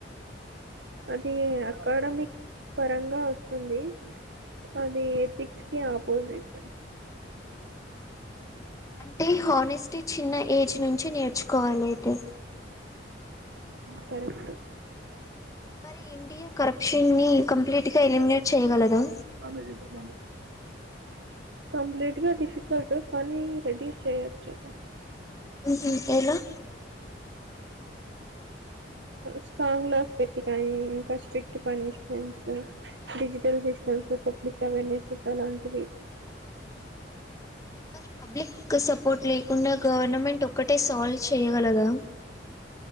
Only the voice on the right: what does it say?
అది అకాడమిక్ పరంగా వస్తుంది అ ఎథక్స్ కి ఆపోజిట్
కరెక్ట్
బమే చెద్దామ్ కంప్లీట్ గా డిఫికల్ట్ కాని రెడీ చేయొచ్చు
స్ట్రాంగ్ లాస్ పెట్టి కాయి ఇంకా strict punishments digital systems public awareness అలాంటివి